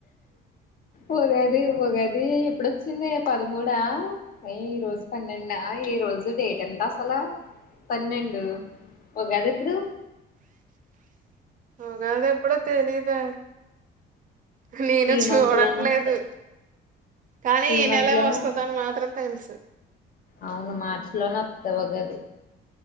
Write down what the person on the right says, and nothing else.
ఉగాదేప్ ఎప్పుడో తెలీదే హు నేను
చూడట్లేదు
కానీ ఈ
నెలే
వస్తాది
అని మాత్రం తెలుసు